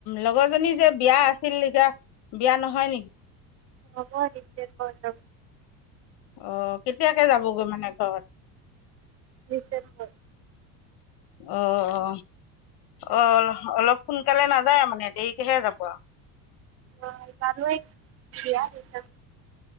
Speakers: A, on the left (about 55°); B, on the right (about 30°).
A: লগৰজনী যে বিয়া আছিল এতিয়া বিয়া নহয় নেকি?
B: হব ডিচেম্বৰ <unintelligible>
A: অ কেতিয়াকে যাবগৈ মানে ঘৰত?
B: ডিচেম্বৰ।
A: অ অ অ অলপ সোনকালে নাযায় মানে দেৰিকেহে যাব আৰু।
B: অ পালোৱে <unintelligible>